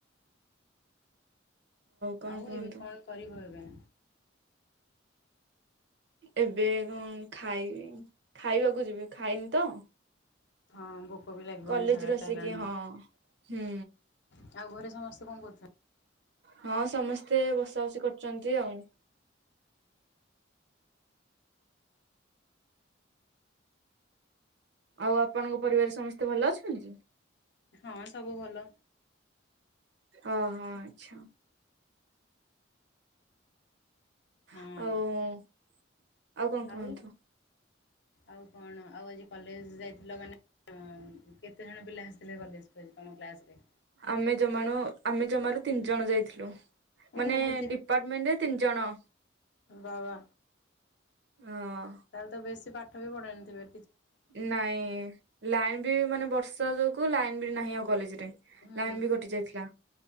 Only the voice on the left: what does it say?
ଆଉ
ଏବେ କଣ କରିବ ଏବେ?
ହଁ ଭୋକ ବି ଲାଗିବଣି
ସାଢ଼େ ଆଟା
ହେଲାଣି।
ଆଉ ଘରେ ସମସ୍ତେ କଣ କରୁଚନ୍
ହଁ ସବୁ ଭଲ।
ହଁ
ଆଉ ଆଉ କଣ ଆଉ ଆଜି କଲେଜ ଯାଇଥିଲ ମାନେ ଉଁ କେତେ ଜଣ ପିଲା ଆସିଥିଲେ କଲେଜକୁ ଆଜି ତମ କ୍ଲାସରେ।
ଓହୋ
ବା ବା।
ତାହେଲେ ତ ବେଶୀ ପାଠ ବି ପଢେଇ ନଥିବେ।
ହୁଁ